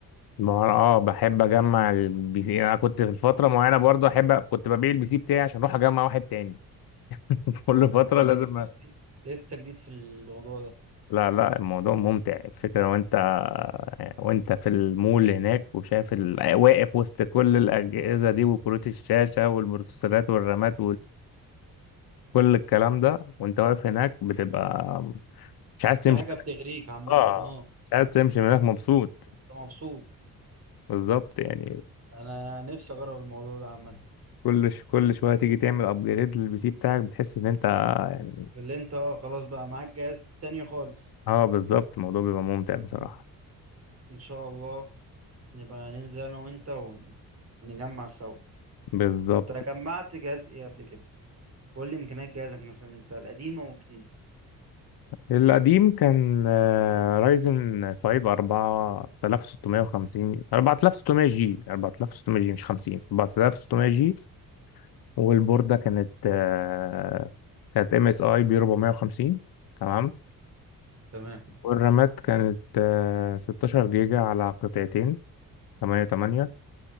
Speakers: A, on the left (about 80°); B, on the right (about 45°).
A: بهار- اه بحب اجمع البي سي انا كنت في فتره معينه برضو احب أ- كنت ببيع البي سي بتاعي عشان اروح اجمع واحد تاني <laughs> كل فتره
B: انا
A: لازم
B: لسه
A: أ...
B: جديد لسه جديد في الموضوع ده
A: لا لا الموضوع ممتع الفكره وانت وانت في المول هناك وشايف ال... واقف وسط كل الاجهزه دي وكروت الشاشه والبروسيسورات والرامات كل الكلام ده وانت واقف هناك بتبقى مش عايز تمشي
B: في حاجه بتغريك عامه
A: اه
B: اه
A: مش عايز تمشي من هناك مبسوط
B: انت مبسوط
A: <laughs> بالظبط يعني
B: انا نفسي اجرب الموضوع ده عامه
A: كل ش... كل شويه تيجي تعمل ابجريد للبي سي بتاعك بتحس ان انت يعني
B: اللي انت اه خلاص بقى معاك جهاز تاني خالص
A: اه بالظبط الموضوع بيبقى ممتع بصراحه
B: ان شاء الله نبقى ننزل انا وانت ونجمع سوا
A: بالظبط
B: انت جمعت جهاز ايه قبل كده قول لي امكانيات جهازك مثلا انت القديمه والجديده
A: القديم كان رايزن 5 4650 4600 جي 4600 جي مش 50 4600 جي والبورده كانت آه، كانت ام اس اي بي 450 تمام
B: تمام
A: والرامات كانت آه، 16 جيجا على قطعتين 8 8